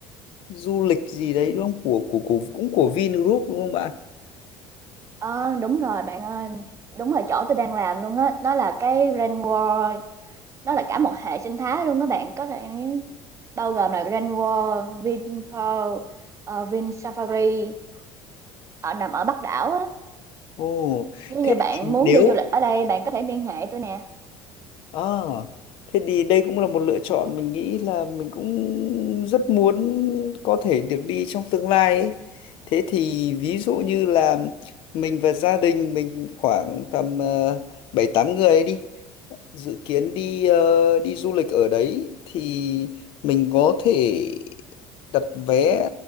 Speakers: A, on the left; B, on the right.
A: du lịch gì đấy đúng không? Của của của cũng của Vingroup đúng không bạn?
B: Ờ, đúng rồi bạn ơi, đúng là chỗ tôi đang làm luôn á, nó là cái Rain World, nó là cả một hệ sinh thái luôn các bạn, có thể bao gồm là Rain World, Vinpearl, uh, Vinsafari ở nằm ở Bắc đảo á.
A: Ồ,
B: Nếu
A: thế
B: như bạn
A: thì
B: muốn
A: nếu
B: đi du lịch ở đây, bạn có thể liên hệ tôi nè.
A: À, thế thì đây cũng là một lựa chọn mình nghĩ là mình cũng rất muốn có thể được đi trong tương lai ấy. Thế thì ví dụ như là mình và gia đình mình khoảng tầm ờ, bảy tám người ấy đi dự kiến đi ờ, đi du lịch ở đấy thì mình có thể đặt vé